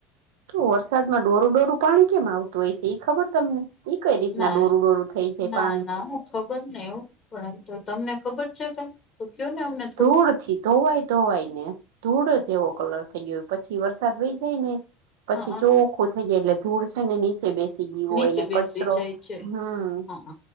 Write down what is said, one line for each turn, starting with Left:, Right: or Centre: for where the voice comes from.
Right: કે વરસાદમાં ડોરું, ડોરું પાણી કેમ આવતું હોય છે એ ખબર તમને. ઈ કઈ રીતના
Left: ના,
Right: ડોરું ડોરું થઈ જાય
Left: ના,
Right: પાણી
Left: ના હ ખબર નને એવું પણ તમને ખબર છે ક તો કયો ને અમને થોડુંક
Right: ધૂર થી. ધોવાય ધોવાય ને ધૂળો જ એવો કલર થઈ ગયો પછી વરસાદ વહી જાય ને પછી
Left: હઅ
Right: જો ઓખો થઈ જાય એટલે ધૂળ છે ને બેસી ગયું
Left: નીચે
Right: હોય ને
Left: બેસી
Right: કચરો
Left: જાય છે.
Right: હમ
Left: હ